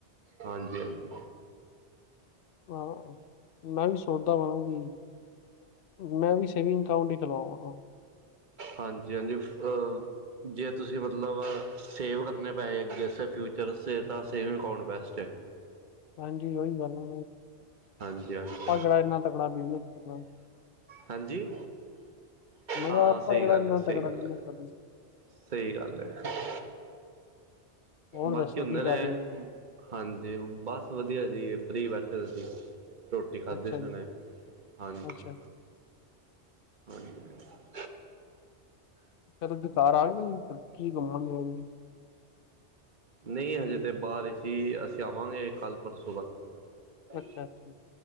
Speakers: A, on the right; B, on the left.
A: ਹਾਂਜੀ-ਹਾਂਜੀ।
B: ਹਾਂ ਮੈਂ ਵੀ ਸੋਚਦਾ ਵਾਂ ਕੀ ਮੈਂ ਵੀ ਸੇਵਿੰਗ ਅਕਾਊਂਟ ਹੀ ਖੁਲਵਾਵਾਂਗਾ।
A: ਹਾਂਜੀ-ਹਾਂਜੀ ਫਹ ਜੇ ਤੁਸੀਂ ਮਤਲਬ ਸੇਵ ਕਰਨੇ ਪੈੇਸੇ ਅੱਗੇ ਆਸਤੇ ਫਿਊਚਰ ਵਾਸਤੇ ਤਾਂ ਸੇਵਿੰਗ ਅਕਾਊਂਟ ਬੈਸਟ ਹੈ।
B: ਹਾਂਜੀ ਓਹੀ ਗੱਲ ਆ
A: ਹਾਂਜੀ ਹਾਂਜੀ
B: ਆਪਾਂ ਕਿਹੜਾ ਇਨਾ ਤਕੜਾ ਬਿਜਨਸ ਕਰਨਾ‌।
A: ਹਾਂਜੀ
B: ਮੈਂ
A: ਹਾਂ
B: ਕਿਹਾ ਆਪਾਂ
A: ਸਹੀ
B: ਕਿਹੜਾ
A: ਗੱਲ
B: ਇੰਨਾ
A: ਹੈ, ਸਹੀ
B: ਤਕੜਾ
A: ਗੱਲ
B: ਬਿਜਨਸ
A: ਹੈ।
B: ਕਰਨਾ
A: ਸਹੀ ਗੱਲ ਹੈ।
B: ਹੋਰ
A: ਬਾਕੀ
B: ਦੱਸੋ
A: ਹੁੰਦੇ
B: ਕੀ
A: ਨੇ
B: ਕਰ ਰਹੇ ਹੋ ਜੀ
A: ਹਾਂਜੀ ਬਸ ਵਧੀਆ ਜੀ ਫਰੀ ਬੈਠੇ ਦੇ ਸੀ ਰੋ ਰੋਟੀ ਖਾਦੀ
B: ਅੱਛਾ
A: ਸੀ
B: ਜੀ
A: ਹੁਣੇ ਹਾਂਜੀ।
B: ਅੱਛਾ
A: ਹਾਂਜੀ।
B: ਚਲ ਦੁਕਾਰਾਰ ਆ ਗਿਆ ਜੀ ਤੜਕੀ ਗੁੰਮਣ ਦੀ।
A: ਨਹੀਂ ਹਜੇ ਤੇ ਬਾਹਰ ਹੀ ਸੀ ਅਸੀਂ ਆਵਾਂਗੇ ਕੱਲ ਪਰਸੋਂ ਤੱਕ।
B: ਅੱਛਾ ਅੱਛਾ